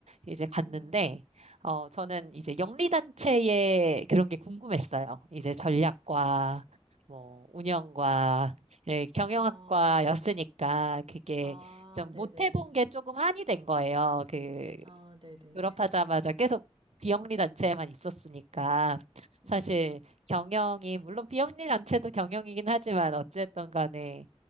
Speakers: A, on the right; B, on the right.
A: 이제 갔는데
B: 음,
A: 어 저는 이제 영리단체의 그런 게 궁금했어요. 이제 전략과 뭐 운영과 예, 경영학과였으니까
B: 아,
A: 그게
B: 아,
A: 좀
B: 네네네.
A: 못 해본 게 조금 한이 된 거예요. 그
B: 아, 네네.
A: 졸업하자마자
B: <laughs>
A: 계속 비영리 단체에만 있었으니까 사실
B: 음,
A: 경영이 물론 비영리 단체도 경영이긴 하지만 어쨌든 간에